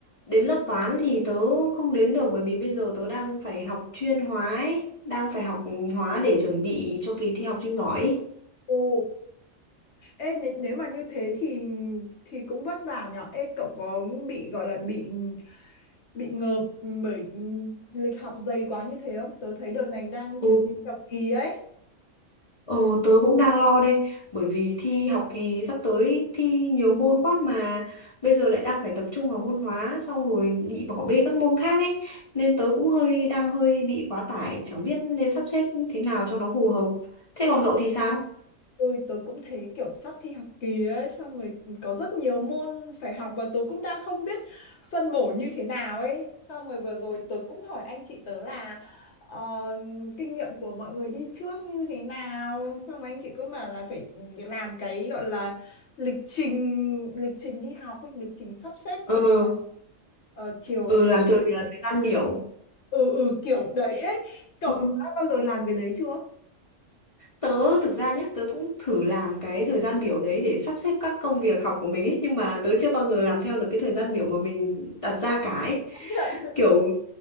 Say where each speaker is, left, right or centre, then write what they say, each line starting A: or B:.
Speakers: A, on the left; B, on the left.
A: đến lớp toán thì tớ không đến được bởi vì bây giờ tớ đang phải học chuyên hóa ấy, đang phải học hóa để chuẩn bị cho kỳ thi học sinh giỏi. ấy.
B: Ồ, ê, nếu, nếu mà như thế thì thì cũng vất vả nhở. Ê, cậu có bị gọi là bị bị ngợp bởi lịch học dày quá như thế không? Tớ thấy đợt này đang
A: Ừ,
B: chuyển sang học kỳ ấy.
A: ờ, tớ cũng đang lo đây bởi vì thi học kỳ sắp tới thi nhiều môn quá mà bây giờ lại đang phải tập trung vào môn hóa xong rồi bị bỏ bê các môn khác ấy nên tớ cũng hơi đang hơi bị quá tải chẳng biết nên sắp xếp thế nào cho nó phù hợp. Thế còn cậu thì sao?
B: Ôi, tớ cũng thế kiểu sắp thi học kỳ ấy xong rồi có rất nhiều môn phải học và tớ cũng đang không biết phân bổ như thế nào ấy xong rồi vừa rồi tớ cũng hỏi anh chị tớ là ờ, kinh nghiệm của mọi người đi trước như thế nào xong rồi anh chị cũng bảo là phải làm cái gọi là lịch trình lịch trình đi học ấy lịch trình sắp xếp
A: Ừ.
B: thời gian ờ, chiều
A: ừ
B: học
A: làm thời thời gian biểu
B: ừ ừ kiểu đấy ấy cậu
A: Ừ.
B: đã bao giờ làm cái đấy chưa
A: Tớ thực ra nhé, tớ cũng thử làm cái thời gian biểu đấy để sắp xếp các công việc học của mình ấy, nhưng mà tớ chưa bao giờ làm theo được cái thời gian biểu mà mình đặt ra cả ấy.
B: <laughs>
A: Kiểu